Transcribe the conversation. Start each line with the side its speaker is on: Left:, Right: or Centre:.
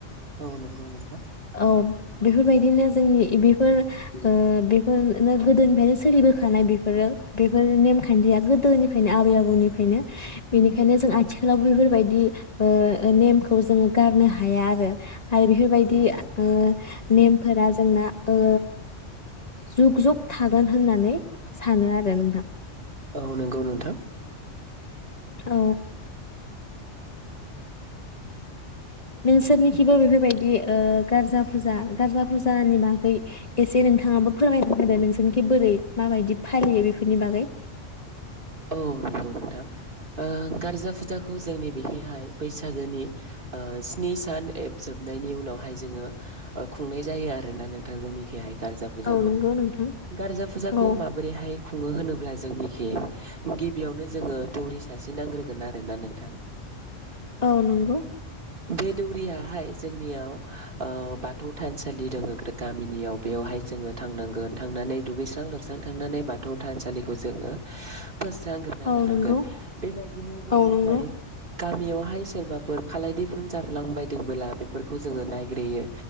Right: औ नंगौ नोंथां।
Left: औ बेफोरबायदिनो जोंनि बेफोर ओ बेफोर गोदोनिफ्रायनो सोलिबोखानाय बेफोरो बेफोर नेमखान्थिया गोदोनिफ्रायनो आबै आबौनिफ्रायनो बेनिखायनो जों आथिखालाव बेफोरबायदि ओ नेमखौ जोङो गारनो हाया आरो। आरो बेफोरबायदि
Right: औ नों
Left: ओ नेमफोरा जोंना ओ जुग जुग थागोन होननानै सानो आरो नोंथां।
Right: औ नंगौ नोंथां।
Left: औ। नोंसोरनिखिबो बेफोरबायदि ओ गारजा फुजा गारजा फुजानि बागै एसे नोंथाङाबो फोरमायनो होदो नोंसोरनिखि बोरै माबायदि फालियो बेफोरनि बागै
Right: औ नंगौ नोंथां ओ गारजा फुजाखौ जोंनि बेहिहाय बैसागोनि ओ स्नि सान एप जोब नायनि उनावहाय जोङो ओ खुंनाय जायो आरो ना नोंथां जोंनिखैहाय गारजा फुजाखौ
Left: औ नंगौ नोंथां
Right: गारजा फुजाखौ
Left: औ
Right: माबोरैहाय खुङो होनोब्ला जोंनिखि गिबियावनो जोङो दौरि सासे नांग्रोगोन आरोना नोंथां।
Left: औ नंगौ।
Right: बे दौरियाहाय जोंनियाव ओ बाथौ थानसालि दङ गामिनियाव बेयावहाय जोङो थांनांगोन थांनानै दुगैस्रां लोबस्रां थांनानै बाथौ थानसालिखौ जोङो फोस्रांग्रोना
Left: औ
Right: लानांगोन
Left: नंगौ
Right: बेबायदिनो जोङोहाय
Left: औ नंगौ
Right: गामियावहाय सोरबाफोर खालायदैफ फोन जाफ्लांबायदोंबोला बेफोरखौ जोङो नायग्रोयो